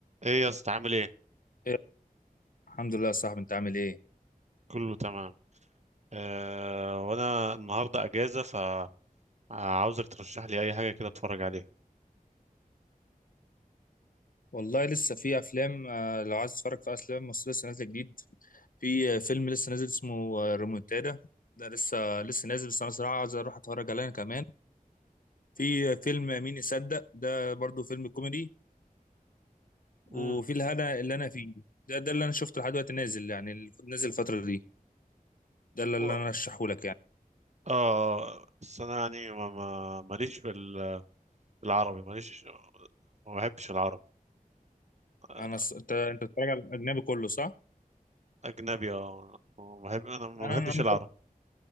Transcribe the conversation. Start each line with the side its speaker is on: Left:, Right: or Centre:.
Right: ايه يا اسطى عامل ايه
Left: إيه، الحمد لله يا صاحبي انت عامل ايه
Right: كله تمام آه وانا النهارده اجازه فعاوزك ترشح لي اي حاجه كده اتفرج عليها
Left: والله لسه في افلام آه، لو عايز تتفرج في افلام مصريه لسه نازله جديد في آه، فيلم لسه نازل اسمه آه، ريمونتادا ده لسه لسه نازل بس انا صراحه عايز اروح اتفرج عليه انا كمان في آه، فيلم مين يصدق ده برضو فيلم كوميدي وفي
Right: امم
Left: الهنا اللي انا فيه ده ده اللي انا شفته لحد دلوقتي نازل يعني اللي نازل الفتره دي ده اللي اللي
Right: و-
Left: انا ارشحه لك يعني
Right: اه بس انا يعني ما ما- ماليش في ال- في العربي ماليش ما بحبش العربي آه،
Left: انا ص... انت انت بتتفرج على الاجنبي كله صح
Right: اجنبي اه ما بحب انا ما
Left: انا
Right: بحبش
Left: انا ممكن
Right: العربي